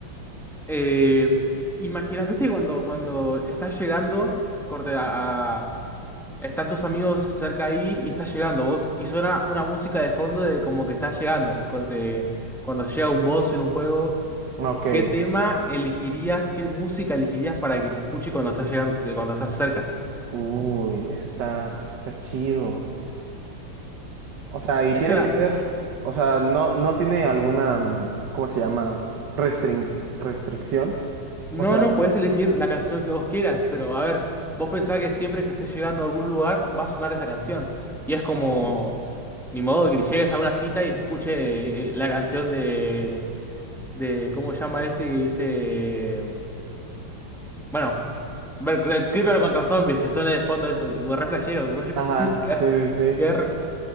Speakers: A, in the centre; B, on the right.
A: Eh, imagina, ¿viste cuando, cuando estás llegando, corte a, a- Están tus amigos cerca ahí y estás llegando vos. Y suena una música de fondo de como que estás llegando. Cuando, te- cuando llega un boss en un juego,
B: Ok.
A: ¿qué tema elegirías? ¿Qué música elegirías para que se escuche cuando estás llegando, eh, cuando estás cerca?
B: Uy, eso está, eso está chido. O sea, y
A: Es
B: tiene
A: una.
B: que ser, o sea, no, no tiene alguna, mm, ¿cómo se llama? Restrin- restricción.
A: No,
B: O sea,
A: no, puedes elegir la canción que vos quieras, pero a ver, vos pensás que siempre que estés llegando a algún lugar va a sonar esa canción. Y es como.
B: Sí.
A: Ni modo que llegues a una cita y se escuche eh, la canción de. de ¿Cómo se llama este que dice? Bueno, ver, cre- Creeper contra zombies, que suena de fondo eso, tipo, re flashero, güey.
B: ajá,
A: <laughs> Qué,
B: sí, sí.
A: qué,
B: sí.
A: re-